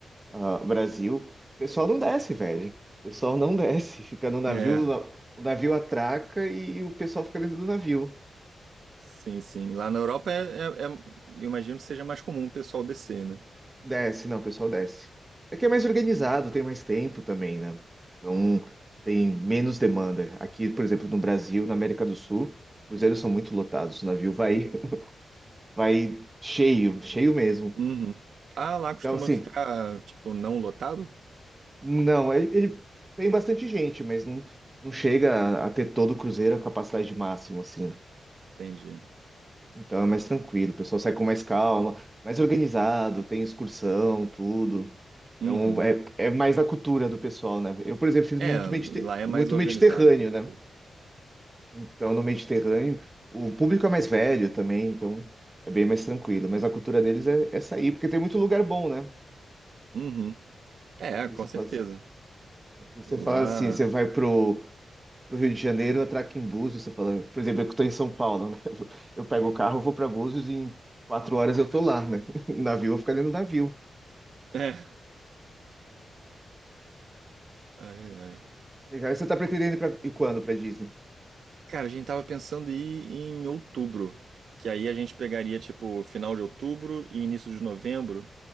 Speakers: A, on the right; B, on the right.
A: ah, Brasil, o pessoal não desce, velho. O pessoal não desce. Fica no navio,
B: É,
A: o navio atraca e o pessoal fica dentro do navio.
B: sim, sim. Lá na Europa é, é- é- eu imagino que seja mais comum o pessoal descer, né?
A: Desce, não, o pessoal desce. Aqui é mais organizado, tem mais tempo também, né? Então tem menos demanda. Aqui, por exemplo, no Brasil, na América do Sul, os cruzeiros são muito lotados. O navio vai, <laughs> vai cheio, cheio mesmo.
B: Uhum. Ah, lá
A: Então,
B: costuma
A: assim,
B: ficar, tipo, não lotado?
A: não, ele ele- tem bastante gente, mas não, não chega a, a ter todo o cruzeiro a capacidade máxima, assim.
B: Entendi.
A: Então é mais tranquilo, o pessoal sai com mais calma, mais organizado, tem excursão, tudo. Então
B: Uhum.
A: é, é mais a cultura do pessoal, né? Eu, por exemplo, fiz
B: É,
A: muito, medite-
B: lá é
A: muito
B: mais organizado,
A: Mediterrâneo,
B: com certeza.
A: né? Então no Mediterrâneo o público é mais velho também, então é bem mais tranquilo. Mas a cultura deles é, é sair, porque tem muito lugar bom, né?
B: Uhum. É,
A: Aqui
B: com
A: você
B: certeza.
A: fala, assim- aqui você fala
B: Lá.
A: assim, você vai pro pro Rio de Janeiro, eu atraco em Búzios, você fala, por exemplo, eu que tô em São Paulo, né? <laughs> Eu pego o carro, vou para Búzios e em quatro horas eu tô lá, né? <laughs> No navio, eu vou ficar dentro do navio.
B: É. Ai, ai.
A: Legal. E você tá pretendendo ir pra... e quando para Disney?
B: Cara, a gente tava pensando em ir em outubro, que aí a gente pegaria tipo final de outubro e início de novembro,